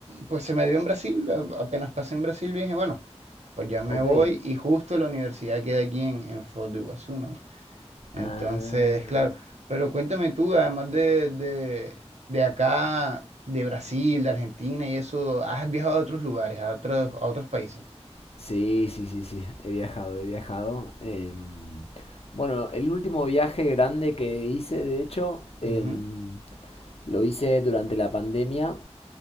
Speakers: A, on the right; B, on the left.
A: pues se me dio en Brasil, a- apenas pasé en Brasil dije, bueno, pues ya me
B: Ok.
A: voy y justo la universidad queda aquí en, en Foz de Iguazú, ¿no? Entonces,
B: Ah,
A: claro, pero cuéntame tú, además de, de, de acá, de Brasil, de Argentina y eso, ¿has viajado a otros lugares, a otros, a otros países?
B: sí, sí, sí, sí. He viajado, he viajado. Em, bueno, el último viaje grande que hice, de hecho, em,
A: Ujú,
B: lo hice durante la pandemia